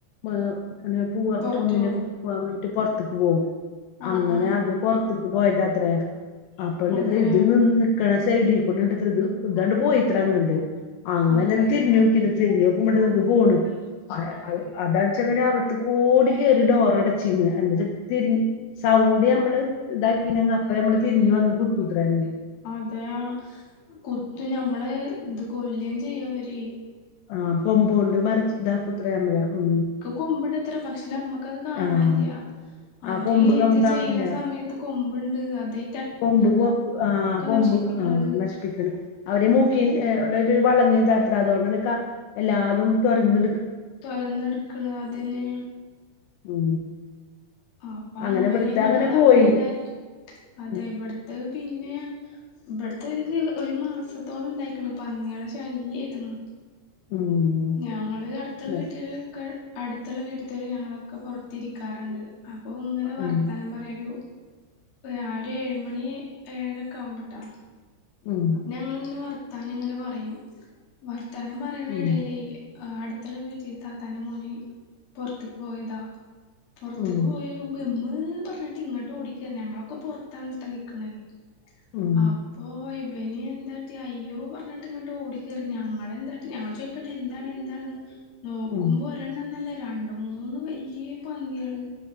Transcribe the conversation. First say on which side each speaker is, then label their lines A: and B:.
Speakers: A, on the left; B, on the left.
A: മാ ങ്ങനെ പൂവ
B: പൊറത്തു
A: ഒന്നിനൊക്കെ പോവാൻ വേണ്ടിട്ട് പൊർത്ത്ക്ക് പോകും
B: ആഹ്
A: അങ്ങനത്
B: ആഹ്
A: പൊർത്ത്ക്ക് പോയതാത്രേ അപ്പണ്ടത്ര
B: അതെ
A: ഇത് നിന്ന് കണസൈഡി കൂടണ്ട് ത്രേ ഇത് ഇതണ്ട് പോയിത്രേ അങ്ങട്ട് അങ്ങനെന്ന്
B: അതെ
A: തിരിഞ്ഞോക്ക്യത തിര്ഞ്ഞോക്കുമ്പോണ്ട്ത് പോണ് <unintelligible> അതാണ്ച്ചങ്ങല് അകത്ത്ക്കൂടെ കേറി ഡോറടച്ചീന്ന് എന്തെച്ചാ തിരിഞ്ഞ് സൗണ്ട് മ്മള് ഇതാക്കിനെങ്ങെ അപ്പഞമ്മള് തിരിഞ്ഞ് വന്ന് കുത്തുത്രേ പിന്നെ
B: അതെയാ കുത്തും ഞമ്മളെ ഇത് കൊല്ലും ചെയ്യവര്
A: ആ കൊമ്പോണ്ട് മറിച്ച് ഇതാക്കൂത്രേ നമ്മളെ ഉം
B: കൊമ്പുണ്ടത്രേ പക്ഷേ ഞമ്മ ക്കത് കാണല്ല
A: ആഹ്
B: അവര്
A: ആ കൊമ്പ് കം
B: ഇത്
A: കാണില്ല
B: ചെയ്യണ സമയത്ത് കൊമ്പ്ണ്ട് അതെ
A: കൊമ്പ് ആ കൊമ്പ്
B: നശിപ്പിക്കണത്
A: ആ നശിപ്പിക്ക്ണ് അവരെ മൂക്കിവിടെ ഒരു വളഞ്ഞതത്രേ അതുകൊണ്ടാണ് ക്ക എല്ലാതും തൊറന്ന്ട്
B: തൊറന്ന്ട്ക്ക്ണ് അതെന്നെ
A: ഉം
B: അപ്പങ്ങനെ
A: അങ്ങനെ ഇവിടുത്തെ
B: ഞങ്ങളങ്ങനെ
A: അങ്ങനെ പോയി
B: എല്ലാരിം അതെ
A: ഉം
B: ഇവട് ത്തത് പിന്നെ ഇവ്ട്ത്തത് ഒരു മാസത്തോളംണ്ടായിക്ക്ണ് പന്ന്യാളെശ ശല്യേര്ന്നു
A: ഉം
B: ഞങ്ങള് അട്ത്തുള്ള
A: എന്നിട്ട്
B: വീട്ടിലൊക്കെ അട്ത്ത്ള്ള വീട്ട്ത്തോര് ഞങ്ങളൊക്കെ പൊറത്തിരിക്കാറ്ണ്ട് അപ്പൊ ങ്ങനെ വർത്താനം
A: ഉം
B: പറ ഒരു അ ഒരു ഏഴുമണി ഏഴരൊക്കാവുമ്പൊട്ടോ
A: ഉം
B: അപ്പൊ ഞങ്ങളിങ്ങനെ വർത്താനങ്ങനെ പറയും വർത്താനം പറിണെടേലെ
A: ഉം
B: അട് ട്ത്ത്ള്ള വീട്ടി താത്താന്റെ മോന് പൊർത്ത്ക്ക് പോയതാ പൊർത്ത്ക്ക്
A: ഉം
B: പോയി ക്കുമ്പൊ മ്മേ പർഞ്ട്ട് ഇങ്ങോട്ട് ഓടിക്കേർന് ഞങ്ങളൊക്കെ പൊർത്താന്ട്ടോ നിക്ക്ണത്
A: ഉം
B: അ പ്പോയിട് ഇവന് എന്താട്ടി അയ്യോ പറഞ്ഞിട്ട് ഇങ്ങോട്ട് ഓടിക്കയറി ഞങ്ങളെന്താട്ടി ഞങ്ങൾ ചോദിക്ണ്ട് എന്താണ് എന്താണ്ന്ന്. നോക്കുമ്പോ
A: ഉം
B: ഒരെണ്ണംന്നല്ല രണ്ട് മൂന്ന് വല്യേ പന്നിയേള്